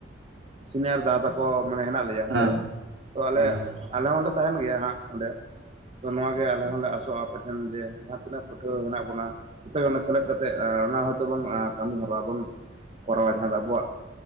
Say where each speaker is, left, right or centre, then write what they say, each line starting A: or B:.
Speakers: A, on the right; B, on the right.
A: ᱥᱤᱱᱤᱭᱟᱨ ᱫᱟᱫᱟ ᱛᱟᱠᱚ ᱢᱟᱱᱮ ᱦᱮᱱᱟᱜ ᱞᱮᱭᱟ ᱦᱮᱸᱥᱮ
B: ᱦᱮᱸ ᱦᱮᱸ
A: ᱛᱚ ᱟᱞᱮ
B: ᱦᱮᱸ
A: ᱟᱞᱮ ᱦᱚᱸᱞᱮ ᱛᱟᱦᱮᱱ ᱜᱮᱭᱟ ᱦᱟᱸᱜ ᱚᱸᱰᱮ ᱛᱚ ᱱᱚᱣᱟ ᱜᱮ ᱟᱞᱮ ᱦᱚᱸᱞᱮ ᱟᱥᱚᱜ-ᱟ ᱟᱯᱮ ᱴᱷᱮᱱ ᱡᱮ ᱡᱟᱦᱟᱸ ᱛᱤᱱᱟᱹᱜ ᱯᱟᱹᱴᱷᱣᱟᱹ ᱦᱮᱱᱟᱜ ᱵᱚᱱᱟ ᱡᱚᱛᱚ ᱜᱮ ᱚᱸᱰᱮ ᱥᱮᱞᱮᱫ ᱠᱟᱛᱮᱜ ᱚᱱᱟ ᱦᱚᱭᱛᱳᱵᱚᱱ ᱠᱟᱹᱢᱤ ᱦᱚᱨᱟ ᱵᱚᱱ ᱠᱚᱨᱟᱣᱟ ᱡᱟᱦᱟ ᱫᱚ ᱟᱵᱚᱣᱟᱜ